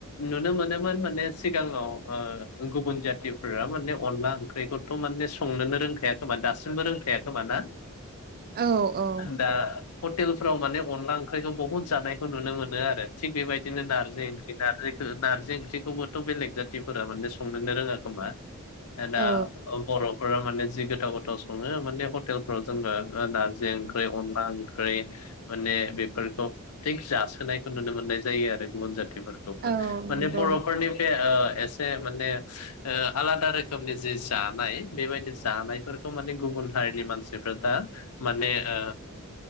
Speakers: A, on the left (about 85°); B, on the right (about 45°).
A: नुनो मोनोमोन माने सिगाङाव ओ गुबुन जाथि फोरा माने अनला ओंख्रिखौथ' माने संनोनो रोंखाय खोमा दा सिमबो रोंखाया खोमा ना?
B: औ औ
A: दा हटेल फोराव माने अनला ओं ख्रैखौ बहुत जानायखौ नुनो मोनदों आरो थिक बेबायदिनो नारजि ओंख्रि नारजि खो नारजि ओंख्रिखौबोथ' बेलेग जाथिफोरा माने संनोनो रोङा खोमा। <unintelligible> दा
B: औ
A: बर'फोरा माने जि गोथाव-गोथाव सङो माने हटेलफोराव जोङो नारजि ओंख्रि अनला ओंख्रि माने बेफोरखौ थिग जासोनायखौ नुनो मोननाय जायो आरो गुबुन जाथिफोरखौबो।
B: औ नंगौ
A: माने बर'फोरनि बे ओ एसे माने ओ आलादा रोखोमनि जि जानाय बेबायदि जानायफोर खौ माने गुबुन हारिनि मानसिफ्रा दा माने ओ